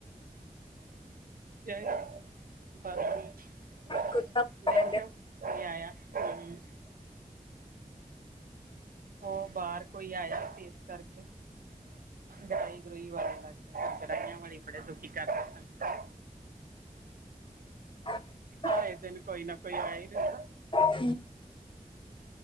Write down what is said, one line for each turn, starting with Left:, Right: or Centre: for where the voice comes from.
Right: ਜੈ ਬ <unintelligible>
Left: ਕੁੱਤਾ
Right: ਦੇਖਿਓ,
Left: ਕਹਿੰਦੇ।
Right: ਕੋਈ ਆਇਆ, ਹੂੰ। ਉਹ ਬਾਹਰ, ਕੋਈ ਆਇਆ ਸੀ, ਇਸ ਕਰਕੇ। ਗਰਾਈ ਗਰੂਈ ਵਾਲੇ, ਲੱਗਦਾ ਸੀ, ਗਰਾਈਆਂ ਵਾਲੇ ਬੜੇ ਦੱਖ ਕੀ ਕਰਦੇ ਹਾਂ।
Left: ਹਾਂ <unintelligible>
Right: ਆਈ ਦਿਨ, ਕੋਈ ਨਾ ਕੋਈ ਆਇਆ ਹੀ ਰਹਿੰਦਾ।
Left: ਹੂੰ <unintelligible>